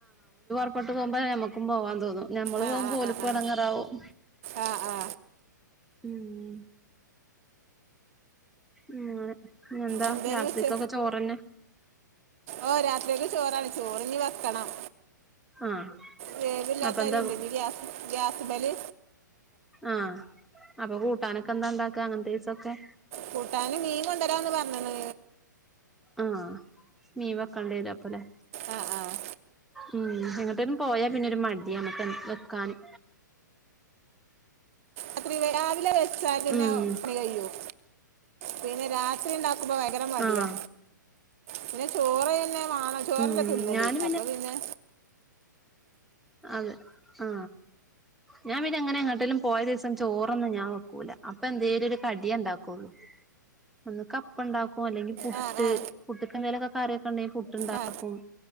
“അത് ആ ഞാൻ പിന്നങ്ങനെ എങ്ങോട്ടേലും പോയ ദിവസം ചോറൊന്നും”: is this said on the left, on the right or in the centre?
Centre